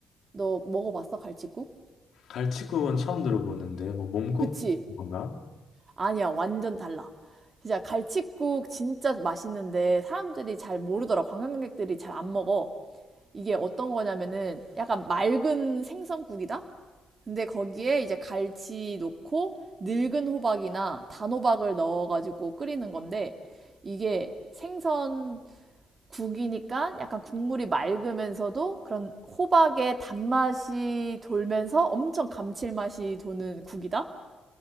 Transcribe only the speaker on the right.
너 먹어봤어, 갈치국?
그치?
아니야, 완전 달라. 진짜 갈치국 진짜 맛있는데 사람들이 잘 모르더라. 관광객들이 잘 안 먹어. 이게 어떤 거냐면은 약간 맑은 생선국이다? 근데 거기에 이제 갈치 넣고 늙은 호박이나 단호박을 넣어가지고 끓이는 건데 이게 생선 국이니까 약간 국물이 맑으면서도 그런 호박의 단맛이 돌면서 엄청 감칠맛이 도는 국이다.